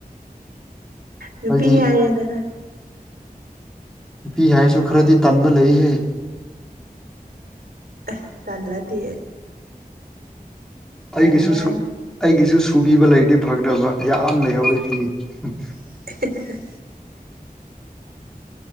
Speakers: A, on the right (about 80°); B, in the centre.
A: ꯅꯨꯄꯤ
B: ꯑꯩꯗꯤ
A: ꯍꯥꯏꯔ‌ꯦꯗꯅ
B: ꯅꯨꯄꯤ ꯍꯥꯏꯔꯁꯨ ꯈꯔꯗꯤ ꯇꯟꯕ ꯂꯩꯍꯦ
A: ꯑꯦ ꯇꯜꯂꯗꯤ
B: ꯑꯩꯒꯤꯁꯨ
A: ꯇꯟꯕ ꯍꯥꯏꯗꯨꯅꯤ
B: ꯑꯩꯒꯤꯁꯨꯕꯤꯕ ꯂꯩꯗꯤ ꯐꯒꯗꯕ ꯌꯥꯝ ꯂꯩꯍꯧꯋꯤ ꯐꯤ
A: <unintelligible>